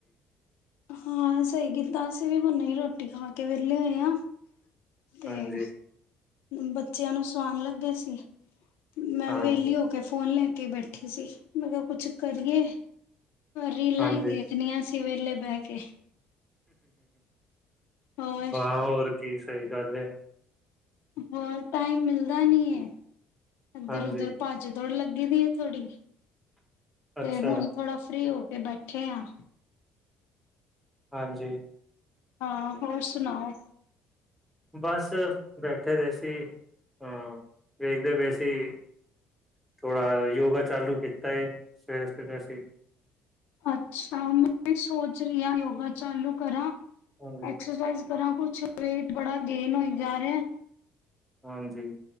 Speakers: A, on the left (about 80°); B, in the centre.
A: ਹਾਂ ਸਹੀ ਕੀਤਾ ਅਸੀਂ ਵੀ ਹੁਣ ਨਹੀਂ ਰੋਟੀ ਰੋਟੀ ਖਾ ਕੇ ਵਿਹਲੇ ਹੋਏ ਆ ਤੇ
B: ਹਾਂਜੀ
A: ਬੱਚਿਆਂ ਨੂੰ ਸੁਵਾਉਣ ਲੱਗੇ ਸੀ ਮੈਂ
B: ਹਾਂਜੀ,
A: ਵਿਹਲੀ ਹੋ ਕੇ ਫੋਨ ਲੈ ਕੇ ਬੈਠੀ ਸੀ ਮੈਂ ਕਿਹਾ ਕੁਛ ਕਰੀਏ ਰੀਲਾਂ
B: ਹਾਂਜੀ
A: ਹੀ ਵੇਖਣੀਆਂ ਸੀ ਸਵੇਲੇ ਬੈ ਕੇ ਹੋਰ
B: ਹਾਂ ਹੋਰ ਕੀ ਸਹੀ ਗੱਲ ਹੈ
A: ਹੋਰ ਟਾਈਮ ਮਿਲਦਾ ਨੀ ਇੱਧਰ
B: ਹਾਂਜੀ।
A: ਉਧਰ ਭੱਜ ਦੌੜ ਲੱਗੇ ਲੱਗੀ ਦੀ ਆ ਥੋੜੀ ਤੇ
B: ਅੱਛਾ,
A: ਹੁਣ ਥੋੜਾ ਫ੍ਰਰੀ ਹੋ ਕੇ ਬੈਠੇ ਆ
B: ਹਾਂਜੀ
A: ਹਾਂ ਹੋਰ ਸੁਣਾਓ
B: ਬਸ ਬੈਠੇ ਰਹੇ ਸੀ ਹਾਂ ਵੇਖਦੇ ਪਏ ਸੀ ਥੋੜਾ ਯੋਗਾ ਚਾਲੂ ਕੀਤਾ ਹੈ ਸਵੇਰੇ ਸਵੇਰੇ ਅਸੀਂ
A: ਅੱਛਾ ਮੈਂ ਸੋਚ ਰਹੀ ਹਾਂ ਯੋਗਾ ਚਾਲੂ ਕਰਾਂ
B: ਹਾਂਜੀ,
A: ਐਕਸਰਸਾਈਜ਼ ਕਰਾਂ ਕੁਛ ਵੇਟ ਬੜਾ ਗੇਨ ਹੋ ਜਾ ਰਿਹਾ
B: ਹਾਂਜੀ